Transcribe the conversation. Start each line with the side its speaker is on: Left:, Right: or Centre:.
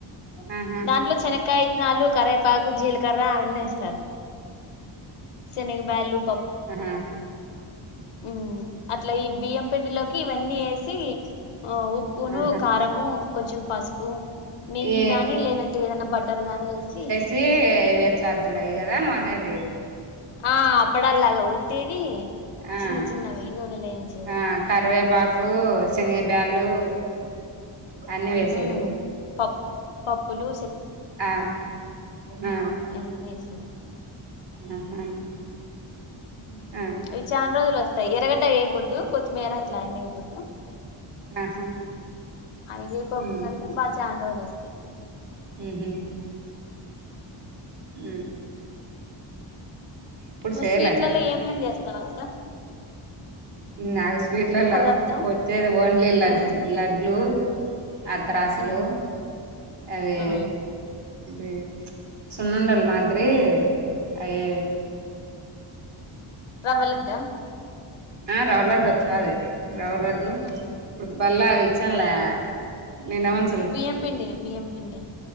Right: ఆహా
Left: దాంట్లో శనకాయ శనకాయాలు కరేపాకు జీలకర్ర అవన్నీ ఎస్తారు శన్గ్ బ్యాళ్ళు
Right: ఆహా
Left: ఉ అట్లా ఈ బియ్యం పిండిలోకి ఇవన్నీ ఎసి ఆ ఉప్పును
Right: ఆహా
Left: కారం కొంచేం పసుపు నెయ్యి
Right: ఈ
Left: గాని లేదంటే ఏదనా బటర్ గాని ఎసి
Right: అవే చార్జుడు అయ్యి గదా నువ్వు అనేది
Left: ఆ అప్పుడల్లాగా ఒత్తేేది
Right: ఆ
Left: చిన్న చిన్నవి నూనె లేయించేది
Right: ఆ కరివేపాకు శనగ బ్యాళు అన్ని వేసది
Left: ఉమ్ పప్ పప్పులు
Right: ఆ ఆ
Left: అయిని ఎసింది
Right: ఆహా ఆ
Left: ఇవి చాలా రోజులు వస్తాయి ఎరగడ్డ ఏయకూడదు కొత్తిమీర అట్లా అయన్నీ వేయకూడదు
Right: ఆహా
Left: <inaudible> అవిగేకోకుండుంటే
Right: ఉమ్
Left: బా ఛాన్రోజులు వస్తాయి
Right: ఉహు ఉ చేయలే
Left: స్వీట్లలో
Right: నేను
Left: ఏమేం చేస్తావత్తా
Right: నాకు స్వీట్లలో
Left: హలో అత్త
Right: వచ్చేది ఓన్లీ లడ్
Left: ఉమ్
Right: లడ్లు అత్త్రాసులు
Left: ఉమ్
Right: అవి
Left: ఉమ్
Right: ఉ సున్నుండలు మాద్రి అయి
Left: రవ్వలడ్డ
Right: ఆ రవ్వలడ్డు వొచ్చాది రవ్వలడ్లు
Left: ఉమ్
Right: ఫుట్బల్ అవి చ్చలే నిండమంచి
Left: బియ్యం పిండి బియ్యం పిండి